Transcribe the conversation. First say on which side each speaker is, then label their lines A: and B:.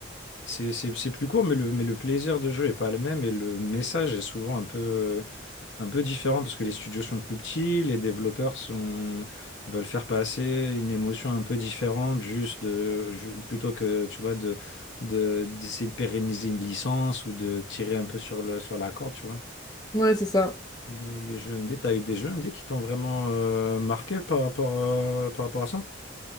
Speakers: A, on the left; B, on the left.
A: C'est c'est- c'est plus court, mais le, mais le plaisir de jeu est pas le même et le message est souvent un peu, un peu différent parce que les studios sont plus petits, les développeurs sont, veulent faire passer une émotion un peu différente, juste de, ju- plutôt que tu vois, de, de, d'essayer de pérenniser une licence ou de tirer un peu sur le, sur la corde, tu vois.
B: ouais, c'est ça.
A: Le- les jeux indés, t'as eu des jeux indés qui t'ont vraiment euh, marqué par rapport, à- par rapport à ça?